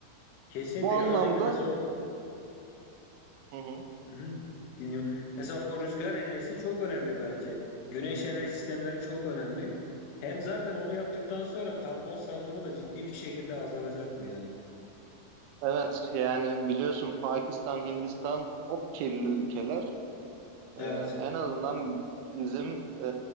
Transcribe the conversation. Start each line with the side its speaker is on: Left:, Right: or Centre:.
Left: Kesinlikle
Right: Bu anlamda
Left: ya özellikle mesela o
Right: hı hı,
Left: Hı, dinliyorum. Mesela o rüzgar enerjisi çok önemli bence. Güneş enerji sistemleri çok önemli. Hem zaten onu yaptıktan sonra karbon salınımı da ciddi bir şekilde azalacaktır yani.
Right: evet yani biliyorsun Pakistan, Hindistan çok kirli ülkeler.
Left: Evet,
Right: Ee, en azından bizim e,